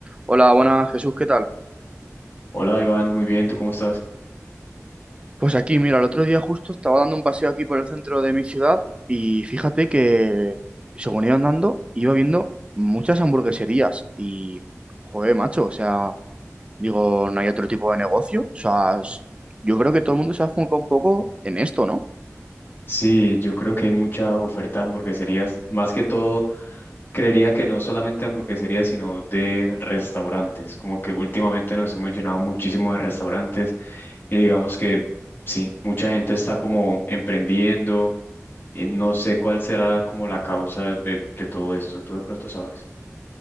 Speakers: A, on the right; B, on the left.
A: Hola, buenas Jesús, ¿qué tal?
B: Hola Iván, muy bien, ¿tú cómo estás?
A: Pues aquí, mira, el otro día justo estaba dando un paseo aquí por el centro de mi ciudad y fíjate que según iba andando, iba viendo muchas hamburgueserías y, joder, macho, o sea, digo, no hay otro tipo de negocio. O sea, es- yo creo que todo el mundo se ha enfocado un poco en esto, ¿no?
B: Sí, yo creo que hay mucha oferta de hamburgueserías, más que todo, creería que no solamente hamburgueserías, sino de restaurantes, como que últimamente nos hemos llenado muchísimo de restaurantes y digamos que sí, mucha gente está como emprendiendo, y no sé cuál será como la causa de, de todo esto, tú de pronto sabes.